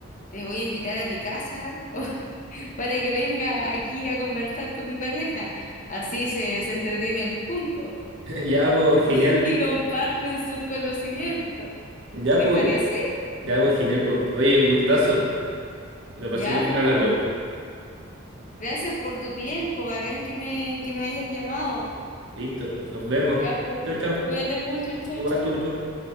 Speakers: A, on the left (about 40°); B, on the right (about 65°).
A: te voy a invitar a mi casa <laughs> para que venga aquí a conversar con mi pareja. Así se, se entretienen juntos
B: <clears throat> Ya, pues,
A: <laughs>
B: genial.
A: y comparten sus conocimientos.
B: Ya,
A: ¿Te
B: pues,
A: parece?
B: ya, pues, genial, pues. Oye, un gustazo. Lo
A: Ya,
B: pasé muy bien
A: po.
B: hablando.
A: Gracias por tu tiempo. Bacán que me, que me hayas llamado.
B: Listo, nos vemos.
A: Ya, po.
B: Chau, chau.
A: Cuídate mucho. Chau,
B: Igual
A: chau.
B: tú, chau.